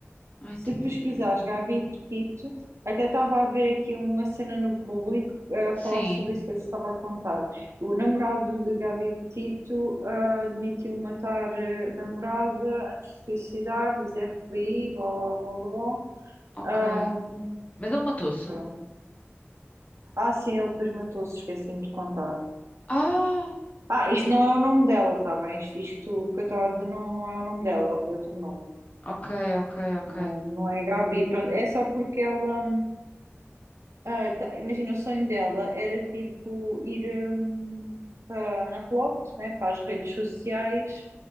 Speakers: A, on the left; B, on the right.
A: Ai,
B: Se
A: tadinha.
B: pesquisares Gabi Petito, até estava a ver aqui uma cena no público a
A: Sim,
B: falar sobre isso que eu te estava a contar. O namorado de Gabi Petito ah, admitiu matar eh, namorada antes de suicidar, diz FBI, blá blá blá blá.
A: ok.
B: blá. Hum,
A: Mas ele matou-se?
B: pronto. Ah, sim, ele depois matou-se, esqueci-me de contar.
A: Ah,
B: Ah, isto não é o nome dela, tá bem? Isto, isto que eu estava a dizer não, não é o nome dela, ela tem outro nome.
A: ok, ok, ok.
B: Não, não é Gabi, pronto. É só porque ela. hum, ah, tá- imagina, o sonho dela era tipo ir hum, para, na Relotes, né, para as redes sociais